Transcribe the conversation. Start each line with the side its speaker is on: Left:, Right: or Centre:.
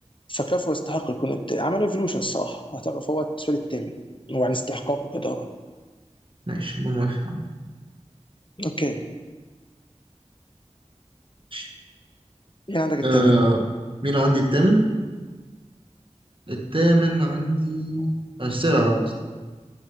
Left: فكفو يستحق يكون الت... عمل ايفولوشن الصراحة أعتقد فهو بالنسبة لي الثامن وعن استحقاقه كده
Right: ماشي انا موافق
Left: أوكي
Right: ماشي.
Left: مين عندك الثامن؟
Right: آه مين عندي التامن التامن عندي السابع بقى قصدي